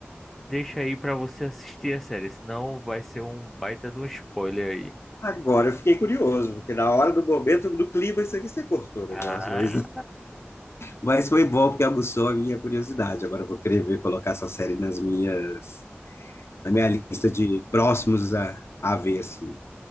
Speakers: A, in the centre; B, on the left.
A: deixa aí pra você assistir a série, senão vai ser um baita de um spoiler aí.
B: Agora eu fiquei curioso, porque na hora do momento, do clima, isso aqui você cortou o negócio,
A: Ah,
B: mas. Mas foi bom porque aguçou a minha curiosidade. Agora eu vou querer ver colocar essa série nas minhas,
A: no
B: na
A: colo.
B: minha lista de próximos a, a ver, assim.